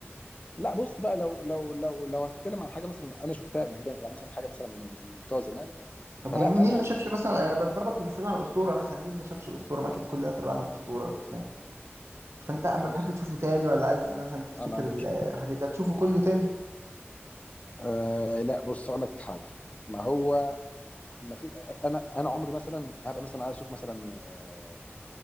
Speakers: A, on the left (about 30°); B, on the right (about 85°).
A: لا بص بقى لو لو لو لو هتتكلم عن حاجه مثلا انا شفتها قبل كده يعني مثلا حاجه مثلا من بتوع زمان
B: طب
A: فلا
B: هو مين
A: انا
B: ما شافش مثلا انا بضربك مثال على الاسطوره مثلا مين ما شافش الاسطوره ما اكيد كلنا تابعنا الاسطوره وشفناه فانت اما
A: انا
B: تحب تشوفه تاني ولا عايز مثلا تفتكر
A: انا مش
B: ال- الحاجات ده تشوفه كله تاني
A: آه لا بص اقول لك حاجه ما هو ما في انا انا عمري مثلا هبقى مثلا عايز اشوف مثلا آه،